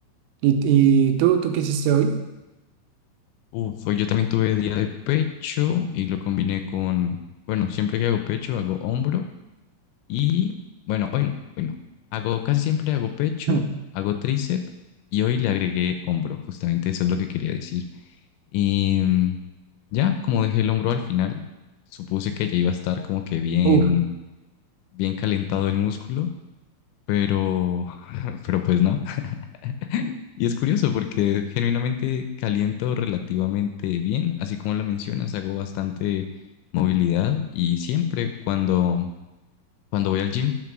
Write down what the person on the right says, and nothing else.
¿Y, y tú, tú qué hiciste hoy?
<laughs>
Uf,